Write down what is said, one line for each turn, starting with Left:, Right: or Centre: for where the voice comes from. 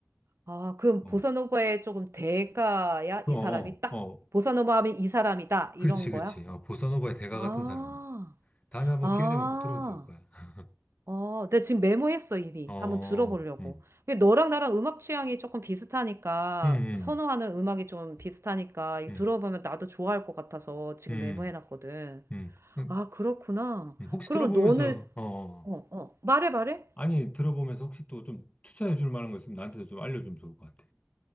Right: 아, 그럼
Left: 어,
Right: 보사노바에 조금 대가야?
Left: 그,
Right: 이
Left: 어,
Right: 사람이 딱,
Left: 어, 어.
Right: 보사노바 하면 이 사람이다.
Left: 그렇지,
Right: 이런 거야?
Left: 그렇지. 어, 보사노바의 대가
Right: 아,
Left: 같은 사람. 다음에 한번
Right: 아,
Left: 기회 되면 꼭 들어보면 좋을 거야. <laughs>
Right: 어, 내가 지금 메모했어, 이미.
Left: 어,
Right: 한번 들어보려고.
Left: 음,
Right: 근데 너랑 나랑 음악 취향이 조금 비슷하니까,
Left: 음,
Right: 선호하는 음악이 좀 비슷하니까, 이거
Left: 음,
Right: 들어보면 나도 좋아할 것 같아서 지금
Left: 음,
Right: 메모해놨거든.
Left: 음, 음.
Right: 아, 그렇구나.
Left: 음, 혹시
Right: 그럼
Left: 들어보면서,
Right: 너는,
Left: 어, 어.
Right: 어,
Left: 어.
Right: 어, 말해, 말해.
Left: 아니, 들어보면서 혹시 또 좀 추천해 줄 만한 거 있으면 나한테도 좀 알려주면 좋을 것 같아.